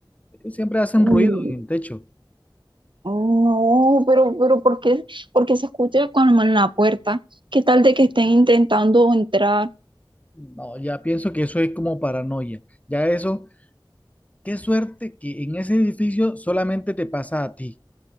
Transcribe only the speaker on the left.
Siempre hacen
ruido en el techo.
No, ya pienso que eso es como paranoia. Ya eso, qué suerte que en ese edificio solamente te pasa a ti.